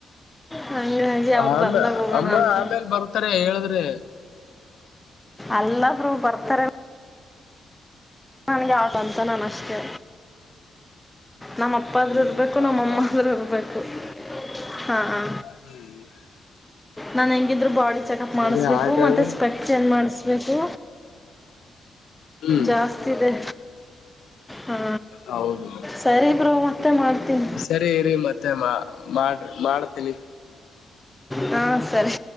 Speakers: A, in the centre; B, on the left (about 75°).
A: ಹಂಗಾಗಿ ಅವರು
B: ಆಮೇ
A: ಬಂದಾಗ ಹೋಗೋಣ
B: ಅಮ್ಮ
A: ಅಂತ.
B: ಆಮೇಲ್ ಬರ್ತಾರೆ ಹೇಳಿದ್ರೆ
A: ಅಲ್ಲಾ ಬ್ರೊ ಬರ್ತಾರ ನನ್ಗೆ <unintelligible> ನನ್ ಅಷ್ಟೆ ನಮ್ಮ ಅಪ್ಪಗೂ
B: ಹ್ಮ್
A: ದುಡ್ ಬೇಕ್
B: ಹೌದಾ
A: ನಮ್ಮಗೂ ದುಡ್ ಬೇಕು ಹಾ ಹಾ
B: <unintelligible>
A: ನಾನ್ ಹೆಂಗಿದ್ರು ಬಾಡಿ ಚೆಕ್ಪ್
B: ಸರಿ
A: ಮಾಡಿಸ್ಬೇಕು
B: ಹಾಗಾದ್ರೆ
A: ಮತ್ತೆ ಸ್ಪೆಕ್ ಚೆಂಜ್ ಮಾಡಿಸ್ಬೇಕು
B: ಹ್ಮ್
A: ಜಾಸ್ತ್ ಇದೆ ಹಾ
B: ಹೌದು
A: ಸರಿ ಬ್ರೋ ಮತ್ತೆ ಮಾಡ್ತೀನಿ.
B: ಸರಿ ಇರೀ ಮತ್ತೆ ಮಾ ಮಾಡರ್ ಮಾಡ್ತೀನಿ.
A: ಹಾ ಸರಿ